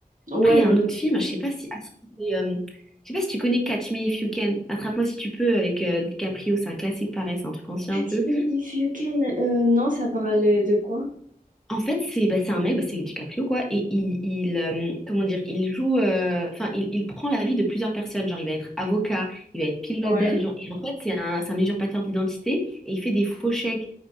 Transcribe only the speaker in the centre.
Après, il y
a un autre
film, je sais pas si, ah, si, si, euh, je sais pas si tu connais Catch Me If You Can, Attrape-moi si tu peux avec euh, DiCaprio, c'est un classique pareil, c'est un truc ancien
un peu.
En fait, c'est bah, c'est un mec, bah, c'est DiCaprio quoi, et il, il euh, comment dire, il joue, euh, enfin, il, il prend la vie de plusieurs personnes. Genre, il va être avocat, il va être pilote
d'avion, et en fait, c'est un, c'est un usurpateur d'identité, et il fait des faux chèques.